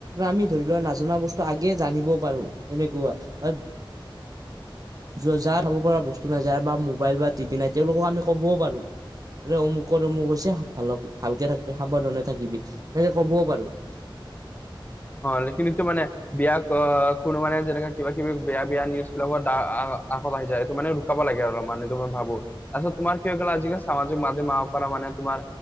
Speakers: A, on the right; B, on the left.
A: আমি ধৰি লোৱা নাজনা বস্তু আগে জানিবও পাৰোঁ এনেকুৱা বা য যাৰ খাব পৰা বস্তু নাই যাৰ বা মোবাইল বা টিভি নাই তেওঁলোকক আমি ক'বও পাৰোঁ। অমুকৰ অমুক হৈছে ভাল ভালকে থাকিবি! সাৱধানে থাকিবি তেনেকে ক'বও পাৰোঁ।
B: লেকিন এইটো মানে বিয়াক কোনো মানে যেনেকা কিবা কিবি বেয়া বেয়া নিউজ বিলাকত আ আকৌ বাঢ়ি যায় এইটো মানে। ক'ব লাগে আৰু মানে মই এইটো ভাবোঁ, তাৰপাছত তোমাৰ কি হৈ গ'ল আজিকালি সামাজিক মাধ্যম আৰ পৰা মানে তোমাৰ।